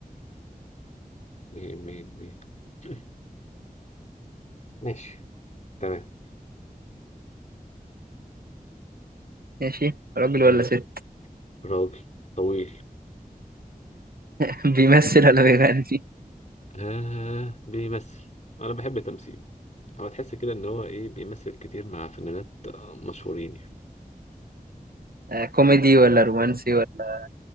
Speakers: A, on the left (about 50°); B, on the right (about 75°).
A: مين مين مين <coughs> ماشي تمام
B: ماشي راجل ولا
A: مم.
B: ست؟
A: راجل طويل
B: <laughs> بيمثل ولا بيغني؟
A: <laughs> آه بيمثل أنا بحب تمثيله هو تحس كده ان هو ايه بيمثل كتير مع فنانات آه، مشهورين يعني
B: آه كوميدي ولا رومانسي ولا